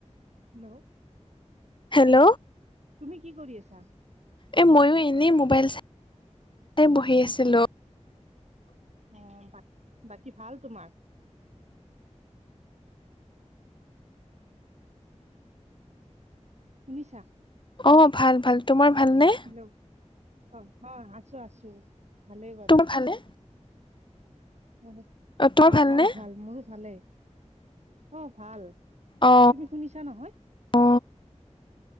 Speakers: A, on the right (about 70°); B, on the left (about 40°).
A: হেল্ল'।
B: হেল্ল'।
A: তুমি কি কৰি আছা?
B: এ, ময়ো এনেই মোবাইল চাই বহি আছিলোঁ।
A: অ বাকী ভাল তোমাৰ। শুনিছা।
B: অ ভাল ভাল তোমাৰ ভালনে।
A: হেল্ল অ, অ আছো, আছো, ভালেই বাৰু।
B: তোমাৰ ভালনে
A: অ,
B: তোমাৰ
A: অ
B: ভালনে
A: ভাল, ভাল মোৰো ভালেই অ ভাল।
B: অ
A: তুমি শুনিছা নহয়।
B: অ